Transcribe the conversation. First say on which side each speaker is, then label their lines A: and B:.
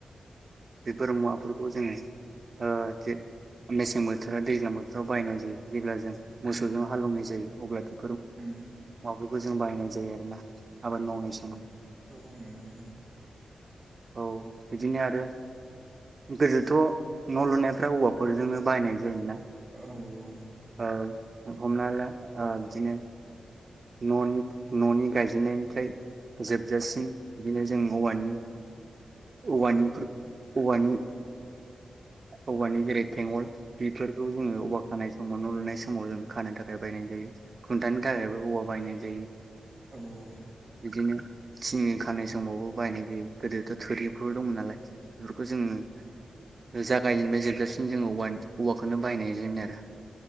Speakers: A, on the right; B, on the right.
A: बेफोर मुवाफोरखौ जोङो ओ जे मेसें बोथोर दैज्लां बोथोराव बायनाय जायो। जेब्ला जों
B: औ
A: मोसौ
B: उम
A: जों हाल एवनाइ जायो। अब्ला <unintelligible>
B: उम
A: फोर <unintelligible> जों बाहायनाय जायो आरोना आबाद
B: औ-औ
A: मावनाय
B: नंगौ
A: समाव
B: औ-औ नंगौ नंगौ।
A: औ बिदिनो आरो गोदोथ' न' लुनायफ्रा औवाफोरजोंनो बाहायनाय जायोना
B: औ-औ
A: औ हमना ला ओ बिदिनो न'नि न'नि गायजेननायनिफ्राय जोबजासिम बिदिनो जों औवानि औवानिफोर
B: औ
A: औवानि औवानि जेरै थेंवल। बेफोरखौ जोङो औवा खानाय सम न' लुनाय समाव जों खानो थाखाय बायनाय जायो। खुन्थानो थाखायबो औवा बायनाय जायो।
B: औ औ औ
A: बिदिनो थिं खानाय समावबो बाहायनाय जायो। गोदोथ' थोरिफोर दंमोन नालाय बेफोरखौ जोङो ओ जागायनानै जोबजासिम जोङो औवानि औवाखोनो बाहायनाय जायोमोन आरो।